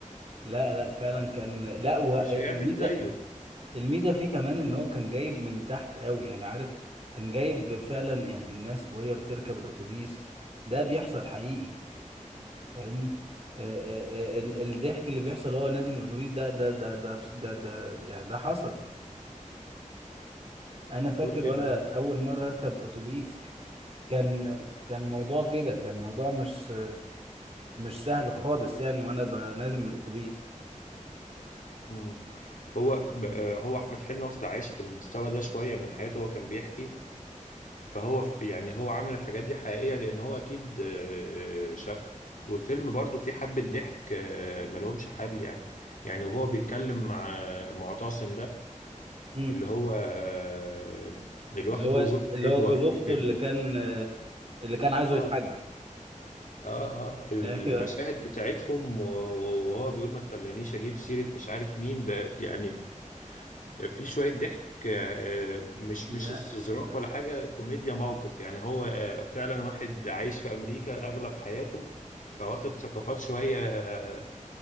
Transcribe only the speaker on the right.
لا لا فعلا كان لا والميزه
الميزه فيه كمان ان هو كان جايب من تحت قوي يعني عارف كان جايب فعلا يعني الناس وهي بتركب الاتوبيس ده بيحصل حقيقي فاهمني آه، آه، آه، ال- الضحك اللي بيحصل وهو نازل من الاتوبيس ده ده ده ده ده, ده يعني ده حصل انا فاكر
وانا
اول مره اركب اتوبيس كان كان الموضوع كده كان الموضوع مش مش سهل خالص يعني وانا ب- نازل من الاتوبيس
امم
اللي هو
اللي
هو جوز
اخته
اللي كان آه، اللي كان
عايزه يتحجب
<laughs> ايوه
لا
لا